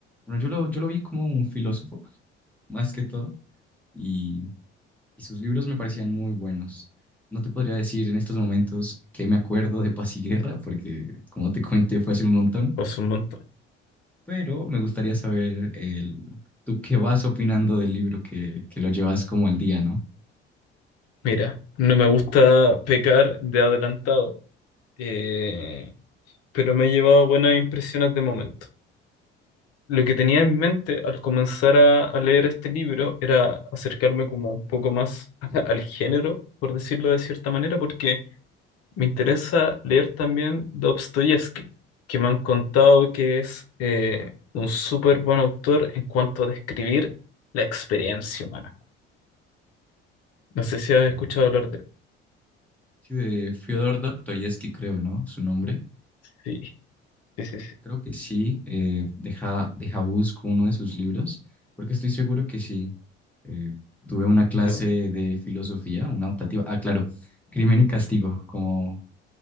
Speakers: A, in the centre; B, on the left.
A: bueno, yo lo, yo lo vi como un filósofo, <laughs> más que todo, y, y sus libros me parecían muy buenos. No te podría decir en estos momentos que me acuerdo de Paz y Guerra, porque como te comenté fue hace un montón,
B: pues un montón.
A: pero me gustaría saber el, tú qué vas opinando del libro que, que lo llevas como al día, ¿no?
B: Mira, no me gusta pecar de adelantado. Eh, pero me he llevado buenas impresiones de momento. Lo que tenía en mente al comenzar a, a leer este libro era acercarme como un poco más <laughs> al género, por decirlo de cierta manera, porque me interesa leer también Dostoyevsky, que me han contado que es eh, un súper buen autor en cuanto a describir la experiencia humana. No sé si has
A: Eh,
B: escuchado hablar de él.
A: Sí, de Fyodor Dostoyevsky, creo, ¿no? Su nombre.
B: Sí, sí, sí, sí.
A: Creo que sí. eh, deja, deja busco uno de sus libros, porque estoy seguro que sí. Eh, tuve una clase
B: No,
A: de filosofía, una optativa. Ah, claro, Crimen y Castigo, como,